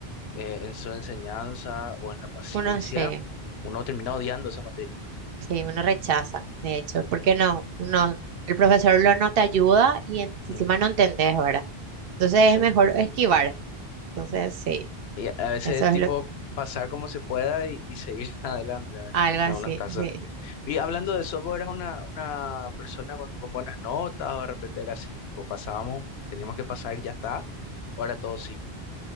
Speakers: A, on the left (about 80°); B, on the right (about 70°).
A: eh, en su enseñanza o en la paciencia,
B: Uno se,
A: uno termina odiando esa materia.
B: sí, uno rechaza, de hecho, porque no, uno, el profesor lo no te ayuda y en-
A: Mm,
B: encima no entendés, ¿verdad? Entonces
A: sí.
B: es mejor esquivar. Entonces, sí,
A: Y a veces
B: eso es
A: tipo
B: lo,
A: pasar como se pueda y, y seguir <laughs> adelante, ¿verdad?
B: algo así,
A: En algunos casos.
B: <laughs> sí.
A: Y hablando de eso, ¿vos eras una, una persona con, con buenas notas o de repente era así, tipo pasábamos, teníamos que pasar y ya está? ¿O era todo cinco?